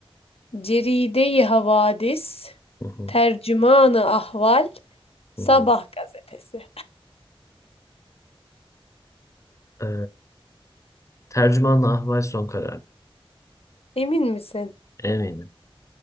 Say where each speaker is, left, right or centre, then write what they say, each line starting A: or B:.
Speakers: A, on the left; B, on the left.
A: Ceride-i Havadis,
B: Hı hı.
A: Tercümanı Ahval,
B: Hı
A: Sabah
B: hı.
A: gazetesi.
B: Ee, tercümanla ahval son karar.
A: Emin misin?
B: Eminim.